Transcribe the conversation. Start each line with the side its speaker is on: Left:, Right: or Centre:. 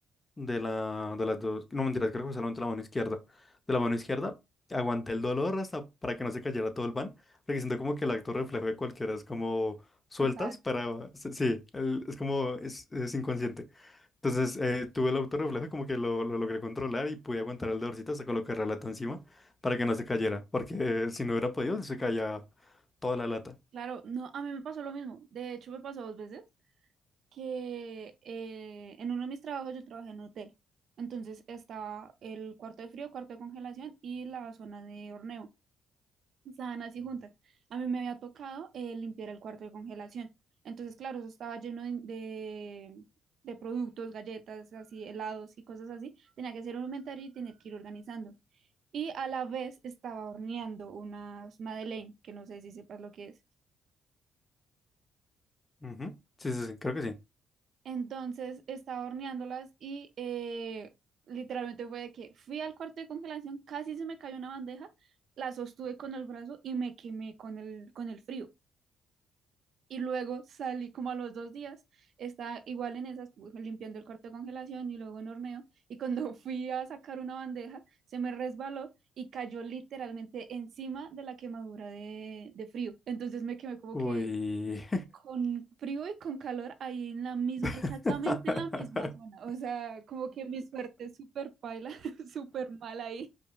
Left: de la, de las dos, no mentira, creo que fue solamente la mano izquierda. De la mano izquierda aguanté el dolor hasta para que no se cayera todo el pan, porque siento como que el acto reflejo de cualquiera es como sueltas
Right: Soltada.
Left: para, sí, sí, el- es como, es, es inconsciente. Entonces eh, tuve el auto reflejo y como que lo, lo logré controlar y pude aguantar el dolorcito hasta colocar la lata encima para que no se cayera, porque eh, si no hubiera podido se caía toda la lata.
Right: Claro, no, a mí me pasó lo mismo. De hecho, me pasó dos veces. que eh, en uno de mis trabajos yo trabajé en un hotel. Entonces estaba el cuarto de frío, cuarto de congelación y la zona de horneo. Estaban así juntas. A mí me había tocado eh, limpiar el cuarto de congelación. Entonces, claro, eso estaba lleno de, de, de productos, galletas, así, helados y cosas así. Tenía que hacer un inventario y tener que ir organizando. Y a la vez estaba horneando unas madeleine, que no sé si sepas lo que es.
Left: Ujú. Sí, sí, sí, creo que sí.
Right: Entonces estaba horneándolas y eh, literalmente fue de que fui al cuarto de congelación, casi se me cayó una bandeja, la sostuve con el brazo y me quemé con el, con el frío. Y luego salí como a los dos días, estaba igual en esas, limpiando el cuarto de congelación y luego en horneo. Y cuando <laughs> fui a sacar una bandeja, se me resbaló y cayó literalmente encima de la quemadura de, de frío. Entonces me quemé como
Left: Uy.
Right: que con frío y con calor ahí en la misma,
Left: <laughs>
Right: exactamente en la misma zona. O sea, como que mi suerte es súper paila, <laughs> súper mal ahí.